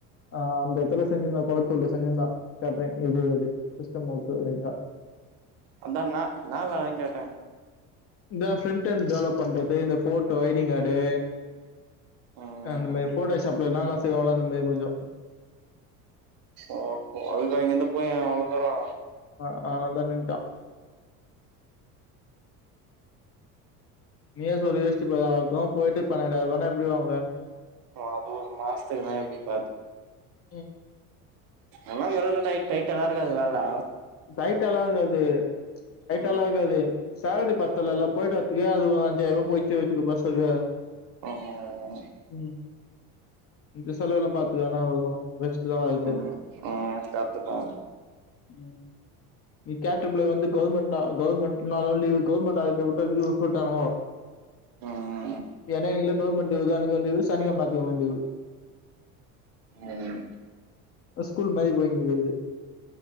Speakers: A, on the left (about 35°); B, on the right (about 50°).
A: ஆ அந்த எடத்துல செஞ்சிருந்தா கொளத்தூர்ல செஞ்சிருந்தா கேட்டரிங் இது அது சிஸ்டம் ஒர்க்கு லைட்டா
B: அதா னா என்னா வேலனு கேட்ட
A: இந்தா ஃப்ரண்ட்ண்ட் டெவலப் பண்றது, இந்த போட்டோ ஐடி கார்டு
B: ம்
A: அந்த மேரி போட்டோஷாப்ல என்னான்ன செய்வாங்களோ அந்தமாரி கொஞ்சோ
B: ஓஹோ அதுக்க இங்கிருந்து போய அவ்வள தூரோ
A: ஆ ஆதனால்தா நின்ட்ட நீய சொல்லிச்சிட்டுப்ப அவள தும் போயிட்டு பன்னெண்டாயிர ரூபான எப்டி வாங்குவ
B: ஆது மாஸ்த <unintelligible> பாத்தது
A: ம்
B: எல்லா <unintelligible> டைட்டலா இருக்காது வேலலா
A: டைட்டாலா இக்காது டைட்டாலா
B: ம்
A: இக்காது சால்ரி பத்தலல போய்ட்டு வர்துக்கே அது ஒரு அஞ்சாயிர ரூ <unintelligible> பஷுக்கு
B: ம்
A: ம் இந்த செலவுலா பாத்துக்குவாங்க அவ்ளதா வச்டு தா வருது
B: ம் ம் கரெக்ட்டுதா
A: ம் நீ கேட்ருப்பல வந்து கவுர்மென்ட்னா கவுர்மெண்ட்னா லீவ் கவுர்மென்ட்டாய் <unintelligible> உட்டானுகோ
B: ம்
A: ஏன்னா இங்க கவுர்மென்ட் லீவு அன்னைக்கு லீவு சனிக்கெழம நாயுதுக்கெழம லீவு
B: ம்
A: ஸ்கூல் மாரி போயிங்குது இது